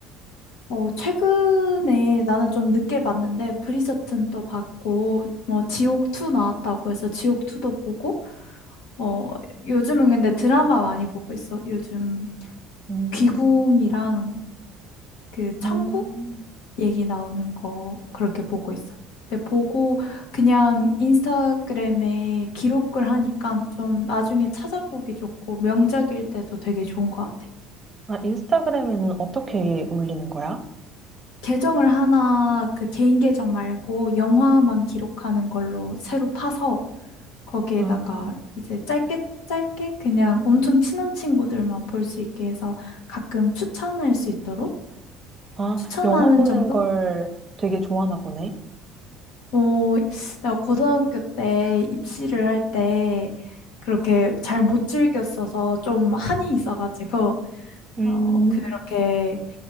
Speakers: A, on the left; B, on the right.
A: 어, 최근에 나는 좀 늦게 봤는데, 브리저튼도 봤고, 뭐, 지옥2 나왔다고 해서 지옥2도 보고, 어, 요즘은 근데 드라마 많이 보고 있어. 요즘
B: 음,
A: 귀궁이랑 그 천국?
B: 음.
A: 얘기 나오는 거 그렇게 보고 있어. 근데 보고 그냥 인스타그램에 기록을 하니까 좀 나중에 찾아보기 좋고 명작일 때도 되게 좋은 것 같아.
B: 아, 인스타그램에는 어떻게 올리는 거야?
A: 계정을 하나 그 개인 계정 말고 영화만 기록하는 걸로 새로 파서 거기에다가
B: 아,
A: 이제 짧게 짧게 그냥 엄청 친한 친구들만 볼 수 있게 해서 가끔 추천할 수 있도록
B: 아,
A: 추천하는
B: 영화 보는
A: 정도?
B: 걸 되게 좋아하나 보네.
A: 어, 내가 고등학교 때 입시를 할 때 그렇게 잘 못 즐겼어서 좀 한이 있어가지고,
B: 음,
A: 어, 그렇게